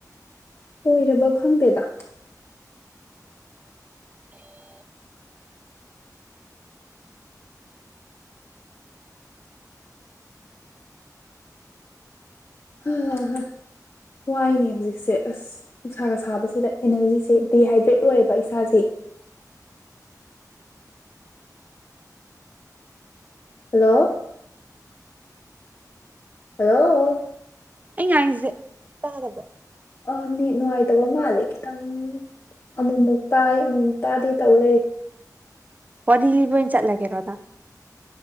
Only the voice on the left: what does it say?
ꯑꯣꯏꯔꯕ ꯈꯪꯗꯦꯗ ꯍꯥ ꯍꯥꯥ ꯍ ꯋꯥꯏꯅꯦ ꯍꯧꯖꯤꯛꯁꯦ ꯑꯁ ꯅꯨꯡꯁꯥꯒ ꯁꯥꯕꯁꯤꯗ ꯑꯦꯅꯔꯖꯤꯁꯦ ꯗꯤꯍꯥꯏꯗ꯭ꯔꯦꯠ ꯑꯣꯏꯌꯦꯕ ꯏꯁꯥꯁꯦ ꯍꯜꯂꯣ ꯍꯜꯂꯣ
ꯑ‌ꯣ ꯅ‌ꯦꯠ ꯅꯨꯡꯉꯥꯏꯇꯕ ꯃꯥꯜꯂꯦ ꯈꯤꯇꯪ ꯑꯃꯨꯛꯃꯨꯛ ꯇꯥꯏ ꯑꯃꯨꯛꯃꯨꯛ ꯇꯥꯗꯦ ꯇꯧ ꯂꯩ